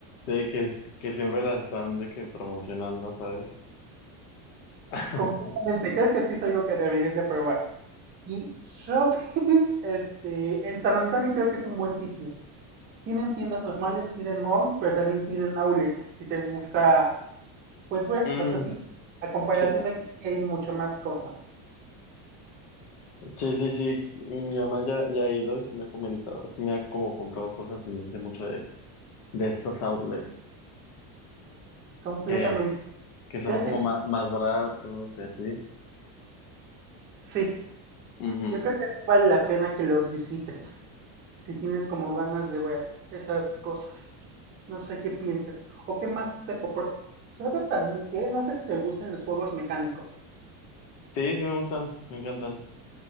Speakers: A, on the left; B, on the right.
A: Sí, que, que siempre las están de que promocionando, ¿sabes? <laughs>
B: completamente. Creo que sí es algo que deberías de probar. Y shopping, <laughs> este, en San Antonio creo que es un buen sitio. Tienen tiendas normales, tienen malls, pero también tienen outlets, si te gusta, pues ver,
A: Mm,
B: o sea, sí, a comparación
A: sí,
B: de aquí sí hay mucho más cosas.
A: sí, sí, sí, sí, Mi mamá ya, ya ha ido y sí me ha comentado, sí me ha como comprado cosas y me dice mucho de, de estos outlets.
B: Completamente.
A: que, que son
B: Creo
A: como
B: que sí.
A: ma- más, baratos y así.
B: Sí.
A: Ujú.
B: Yo creo que sí vale la pena que los visites, si tienes como ganas de ver esas cosas. No sé qué pienses. O qué más te... popor- ¿Sabes también qué? No sé si te gustan los juegos mecánicos.
A: Sí, sí me gustan, me encantan.